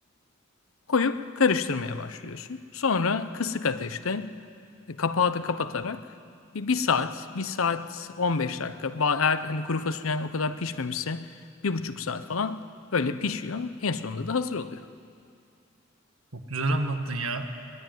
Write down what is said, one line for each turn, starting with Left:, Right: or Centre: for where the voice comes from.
Left: koyup karıştırmaya başlıyorsun. Sonra kısık ateşte e, kapağı da kapatarak bir, bir saat, bir saat 15 dakika. Ba- Eğer hani kuru fasulyen o kadar pişmemişse bir buçuk saat falan öyle pişiyor. En sonunda da hazır oluyor.
Right: Çok güzel anlattın ya.